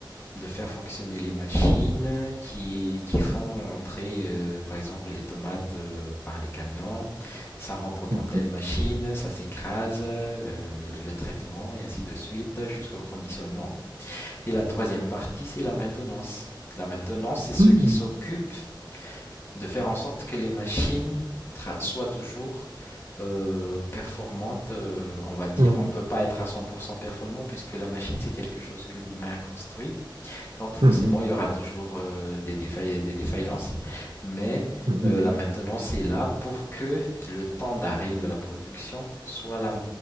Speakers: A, on the left; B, on the right.
A: de faire fonctionner les machines qui, qui font entrer, euh, par exemple, les tomates euh, par les camions. Ça rentre dans
B: mhm,
A: telle machine, ça s'écrase, euh, le, le traitement et ainsi de suite jusqu'au conditionnement. Et la troisième partie, c'est la maintenance. La maintenance, c'est ceux
B: mhm,
A: qui s'occupent de faire en sorte que les machines soient toujours euh, performantes, euh, on va dire.
B: mhm.
A: On peut pas être à 100% performant puisque la machine, c'est quelque chose que l'humain construit donc forcément,
B: Mhm,
A: il y aura toujours euh, des, défaillances, des défaillances, mais
B: mhm,
A: euh, la maintenance est là pour que le temps d'arrêt de la production soit la,